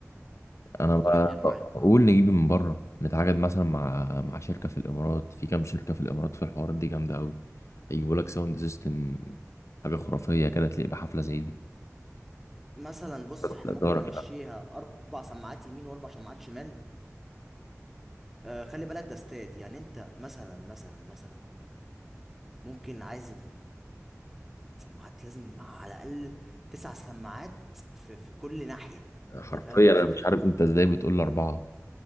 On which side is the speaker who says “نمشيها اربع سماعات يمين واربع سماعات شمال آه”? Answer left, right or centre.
Centre